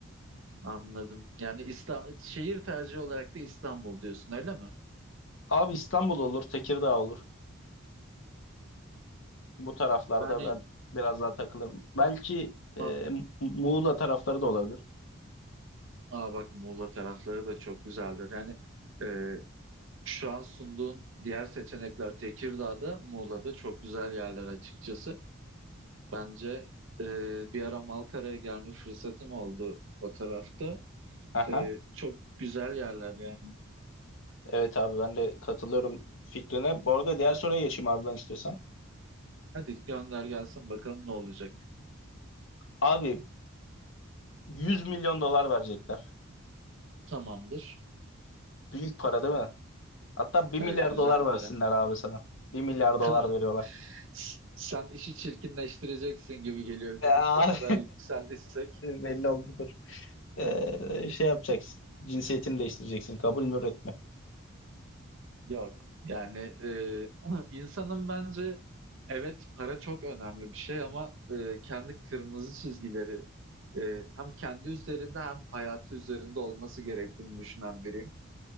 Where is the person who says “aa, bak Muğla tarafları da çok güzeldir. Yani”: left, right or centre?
Right